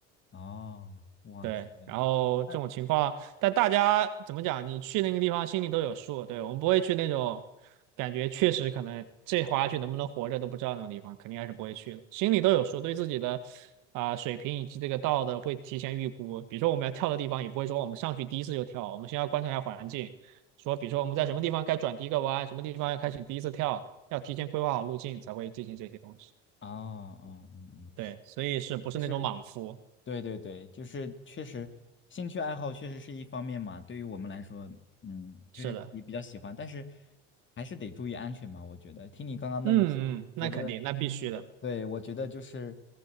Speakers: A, on the left; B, on the right.
A: 哦，哇塞，
B: 对，然后这种情况，
A: 那哦
B: 但大家怎么讲？你去那个地方心里都有数，对，我们不会去那种感觉确实可能这滑下去能不能活着都不知道那种地方，肯定还是不会去的。心里都有数，对自己的啊、水平以及这个道的会提前预估。比如说我们要跳的地方，也不会说我们上去第一次就跳，我们先要观察一下环境，说比如说我们在什么地方该转第一个弯，什么地方要开始第一次跳，要提前规划好路径才会进行这些东西。
A: 哦嗯嗯，
B: 对，
A: 是。
B: 所以是不是那种莽夫？
A: 就是对对对，就是确实，兴趣爱好确实是一方面嘛。对于我们来说，嗯，就是也比较喜欢，
B: 是的，
A: 但是还是得注意安全吧。我觉得，听你刚刚那么说觉得，
B: 嗯嗯，那肯定，那必须的。
A: 对，我觉得就是